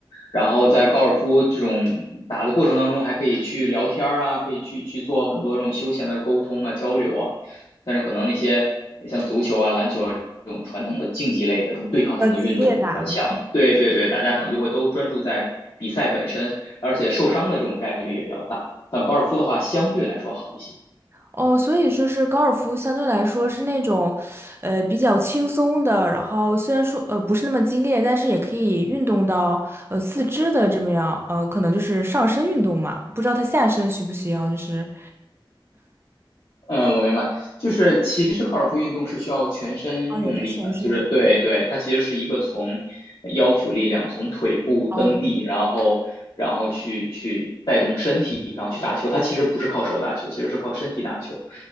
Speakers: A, on the left; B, on the right.
A: 然后在高尔夫这种打的过程当中，还可以去聊天啊，可以去去做很多这种休闲的沟通啊、交流啊。但是可能那些像足球啊、篮球啊这种传统的竞技类的这种对抗性的运动比较强，
B: 较激烈打的。
A: 对对对，大家可能就会都专注在比赛本身，而且受伤的这种概率也比较大。但高尔夫的话，相对来说好一些。
B: 哦，所以就是高尔夫相对来说是那种，呃，比较轻松的，然后虽然说呃不是那么激烈，但是也可以运动到呃四肢的这么样，呃，可能就是上身运动嘛，不知道他下身需不需要，就是
A: 嗯，我明白，就是其实高尔夫运动是需要全身用力的，
B: 啊，也是全身。
A: 就是对对，它其实是一个从腰腹力量，从腿部蹬地，
B: 哦
A: 然后然后去去带动身体，然后去打球，它其实不是靠手打球，其实是靠身体打球，